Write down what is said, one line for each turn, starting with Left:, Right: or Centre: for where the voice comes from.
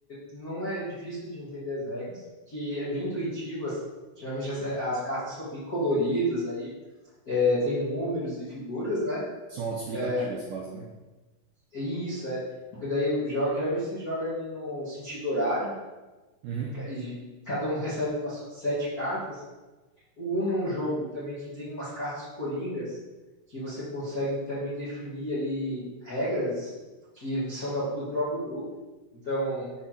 Left: não é difícil de entender as regras, que é bem intuitivo. As, geralmente as, as cartas são bem coloridas ali, é, tem números e figuras, né?
Right: São autoexplicativas
Left: É,
Right: quase, né?
Left: é isso, é. Porque daí jo- geralmente se joga ali no sentido horário
Right: Uhum.
Left: e cada um <laughs> recebe umas sete cartas. O Uno é um jogo também que tem umas cartas coringas que você consegue também definir ali regras que são da- do próprio grupo. Então,